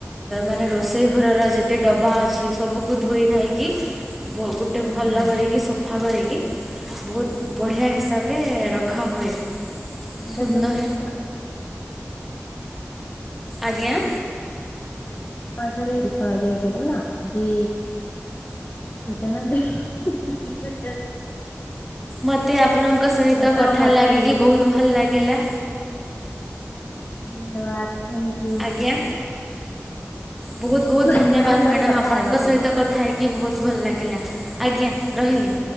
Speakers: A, in the centre; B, on the left.
A: ମାନେ ରୋଷେଇ ଘରର ଯେତେ ଡବା ଅଛି ସବୁକୁ ଧୋଇଧାଇକି। ଗୋଟେ
B: ହୁଁ
A: ଭଲ
B: ହୁଁ
A: କରିକି ସ ସଫା କରିକି ବହୁତ ବଢ଼ିଆ ହିସାବରେ ରଖାହୁଏ। ସୁନ୍ଦର
B: ଏ ସବୁ ତାର
A: ଆଜ୍ଞା।
B: ଏଠାରେ <inaudible> କୁହାଯାଏ ସେଟା ନା କି ସୂଚନା ଦେ ହେ ହେ
A: ମତେ ଆପଣଙ୍କ ସହିତ
B: ତ
A: କଥା
B: ମତେ
A: ଲାଗିକି ବହୁତ ଭଲ ଲାଗିଲା।
B: ଧନ୍ୟବାଦ। ଥ୍ୟାଙ୍କୟୁ
A: ଆଜ୍ଞା, ବହୁତ
B: ଠିକ
A: ବହୁତ ଧନ୍ୟବାଦ
B: ଅଛି ପରେ
A: ମ୍ୟାଡାମ
B: କଥା
A: ଆପଣଙ୍କ
B: ହେବା ପୁଣି।
A: ସହିତ କଥା କଥା ହେଇକି ବହୁତ ଭଲ ଲାଗିଲା, ଆଜ୍ଞା ରହିଲି।